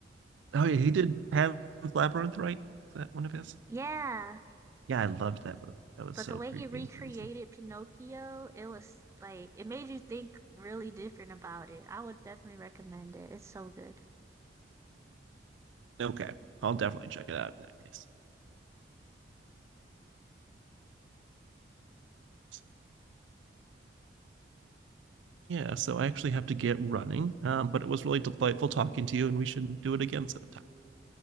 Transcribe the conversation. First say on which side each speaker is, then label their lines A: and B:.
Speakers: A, on the right (about 80°); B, on the right (about 15°).
A: Oh, yeah, he did Pan's Labyrinth, right? Is that one of his?
B: Yeah,
A: Yeah, I loved that movie. That was
B: but
A: so
B: the way
A: creepy
B: he recreated
A: and crazy.
B: Pinocchio, it was like it made you think really different about it. I would definitely recommend it. It's so good.
A: Okay, I'll definitely check it out in that case. So, yeah, so I actually have to get running, um, but it was really delightful talking to you, and we should do it again sometime.